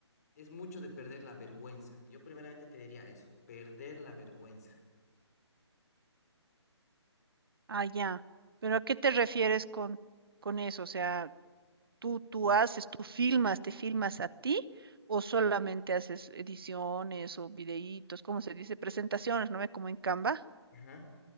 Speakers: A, on the left (about 35°); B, on the right (about 55°).
A: es mucho de perder la vergüenza. Yo primeramente te diría eso, perder la vergüenza.
B: Ah, ya. Pero ¿a qué te refieres con, con eso? O sea, tú, tú haces, tú filmas, te filmas a ti o solamente haces ediciones o videitos, ¿cómo se dice? Presentaciones, ¿no ve? Como en Canva.
A: Ajá.